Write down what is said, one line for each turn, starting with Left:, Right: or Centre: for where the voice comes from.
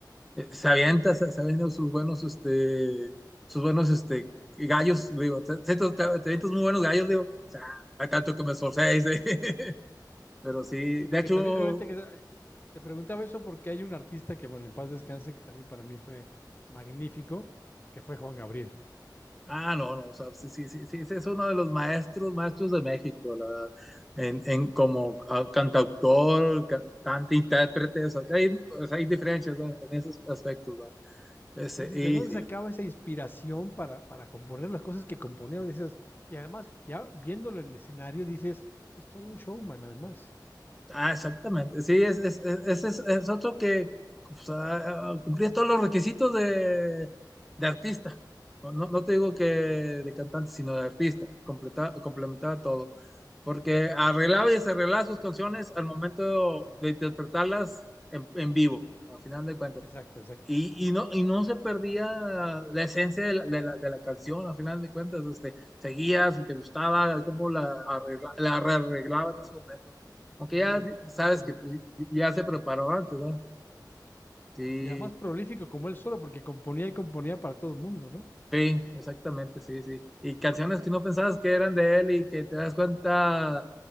Centre: eh, se avienta, se, se avienta sus buenos, este, sus buenos, este, gallos, digo, te, te, te- te avientas muy buenos gallos, digo, o sea, hay tanto que me esforcé, dice. <laughs> Pero sí,
Left: Sí,
Centre: de
Left: porque
Centre: hecho,
Left: también, ahorita que eh, te preguntaba eso porque hay un artista que, bueno, en paz descanse, que también para mí fue magnífico, que fue Juan Gabriel.
Centre: ah, no, no, o sea, sí, sí, sí, sí, ese es uno de los maestros, maestros de México, la verdad, en, en como ah, cantautor, ca- cantante, intérprete, o sea, que hay, o sea, hay diferencias, ¿verdad? En esos aspectos, ¿verdad? Ese,
Left: Sí, dices,
Centre: y
Left: ¿de dónde
Centre: sí,
Left: sacaba esa inspiración para, para componer las cosas que componía? Dices, y además, ya viéndolo en escenario, dices, es todo un showman, además.
Centre: Ah, exactamente. Sí, es, es, es, es- es otro que pues, ah, cumplía todos los requisitos de, de artista. No, no- no te digo
Left: Exacto.
Centre: que de cantante, sino de artista. Completa- complementaba todo. Porque arreglaba y desarreglaba sus canciones al momento de interpretarlas en, en vivo, al final de cuentas.
Left: Exacto, exacto.
Centre: Y, y, no, y no se perdía la esencia de la, de la, de la canción, a final de cuentas, este, seguías y te gustaba cómo la, arregla, la arreglaba en ese momento. Aunque
Left: Sí,
Centre: ya sabes
Left: sí, por supuesto.
Centre: que pues, ya se preparó antes, ¿verdad? Sí,
Left: Y además prolífico como él solo, porque componía y componía para todo el mundo, ¿no?
Centre: sí, exactamente, sí, sí. Y canciones que no pensabas que eran de él y que te das cuenta